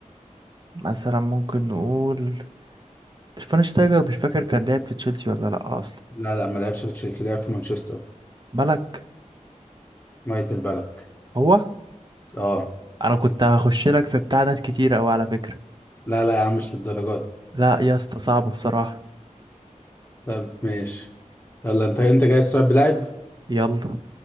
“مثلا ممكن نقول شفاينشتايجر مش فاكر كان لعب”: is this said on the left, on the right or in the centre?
Right